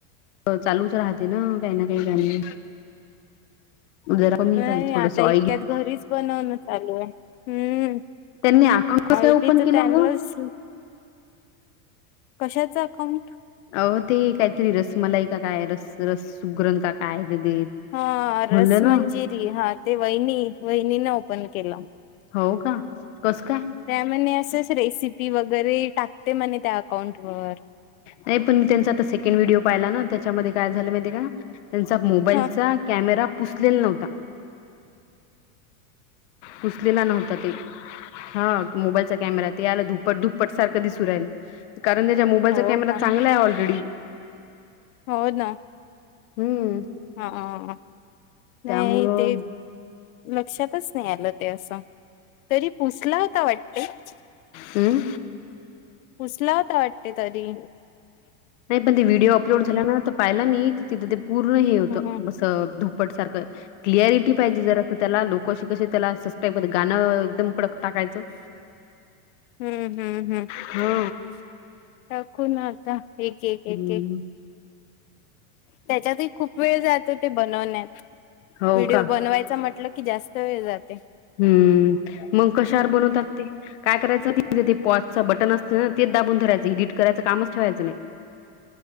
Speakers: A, on the left (about 55°); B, on the left (about 80°).
A: चालूच राहते ना काही ना काही काही. जर कमी
B: नाही
A: खायच थोडस
B: आता इतक्यात
A: ऑयली.
B: घरीच बनवणं चालू आहे हम्म
A: त्यांनी अकाउंट कस
B: आयडी
A: ओपन
B: च
A: केलं
B: चालू
A: ग
B: असल. कशाच अकाउंट?
A: अहो ते काहीतरी रसमलाई का काय रस रस सुग्रण का काय? ते
B: हा
A: म्हणलं
B: रस
A: ना
B: मंजिरी हा ते वहिनी वहिनीने ओपन केलं.
A: हो का कसं काय?
B: त्या म्हणे असंच रेसिपी वगैरे टाकते म्हने त्या अकाउंटवर.
A: नाही पण मी त्यांचा आता सेकंड व्हिडिओ पाहिला ना त्याच्यामध्ये काय झालं माहिती आहे का! त्यांचा मोबाईलचा
B: ह
A: कॅमेरा पुसलेला नव्हता.
B: <inaudible>
A: पुसलेला नव्हता ते. हा मोबाईलचा कॅमेरा ते आलं धुप्पट धुप्पट सारखं दिसु राहिलं. कारण त्याच्या मोबाईलचा
B: हो
A: कॅमेरा
B: का
A: चांगला आहे ऑलरेडी.
B: हो ना!
A: हम्म!
B: हां नाही
A: त्यामुळं
B: ते लक्षातच नाही आलं ते असं, तरी पुसला होता वाटत.
A: हम्म
B: पूसला होता वाटते तरी.
A: नाही पण ते व्हिडिओ अपलोड झाला ना पाहिला मी तिथं ते पूर्ण हे
B: हम्म
A: होतं अस धूप पट सारखं क्लियारीटी पाहिजे जरा स्वतःला. लोकं असं कशे त्याला सब्स्करायबर गाणं एकदम कडक टाकायचं.
B: हम्म हम्म हम्म
A: हा
B: टाकू ना आता. एक एक एक
A: हम्म
B: एक त्याच्यातही खूप वेळ जातो ते बनवण्यात.
A: हो
B: व्हिडिओ
A: का
B: बनवायचा म्हटलं की जास्त वेळ जातो.
A: हम्म मग कशावर बनवतात
B: हम्म
A: ते, काय कराय पॉजचं बटन असते ना तेच दाबून धरायचं, इडिट करायचं कामच ठेवायचं नाही.